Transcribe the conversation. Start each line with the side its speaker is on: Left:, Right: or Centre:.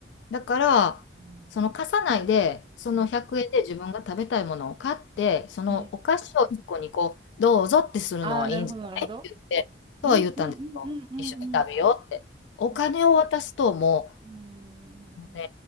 Left: だから、
Right: うん
Left: その貸さないで、その100円で自分が食べたいものを買って、
Right: うん
Left: そのお菓子を1個にこう、
Right: うん。
Left: どうぞってするのはいいんじゃないって言って、
Right: ああ、なるほど、なるほど。
Left: とは言ったんですよ。
Right: うんうんうんうんうんうん。
Left: 一緒に食べようって。お金を渡すともう
Right: 本当に。
Left: ね、